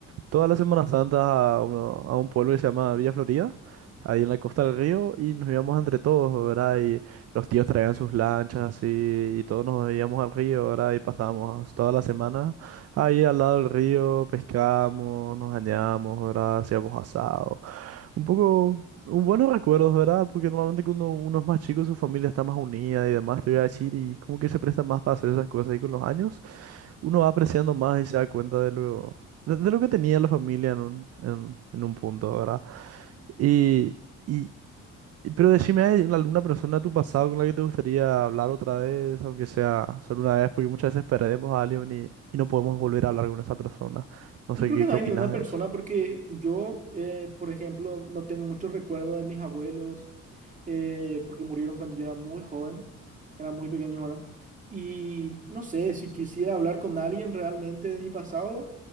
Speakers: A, on the right; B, on the right.
A: toda la Semana Santa a, uno- a un pueblo que se llama Villa Florida, ahí en la costa del río, y nos íbamos entre todos, ¿verdad? Y los tíos traían sus lanchas así, y todos nos íbamos al río, ¿verdad? Y pasábamos toda la semana ahí al lado del río, pescamos, nos bañamos, ¿verdad? Hacíamos asado. Un poco... un buenos recuerdos, ¿verdad? Porque normalmente cuando uno es más chico, su familia está más unida y demás, te voy a decir, y como que se presta más para hacer esas cosas ahí con los años uno va apreciando más y se da cuenta de lo, de, de lo que tenía la familia en un, en, en un punto, ¿verdad? Y, y, y- pero decime, ¿hay una- alguna persona de tu pasado con la que te gustaría hablar otra vez, aunque sea solo una vez? Porque muchas veces perdemos a alguien y, y no podemos volver a hablar con esa persona. No
B: Yo
A: sé
B: creo
A: qué,
B: que no
A: qué
B: hay
A: opinas
B: ninguna persona
A: de eso.
B: porque yo, eh, por ejemplo, no tengo mucho recuerdo de mis abuelos eh, porque murieron cuando yo era muy joven, era muy pequeño ahora. Y no sé, si quisiera hablar con alguien realmente de mi pasado,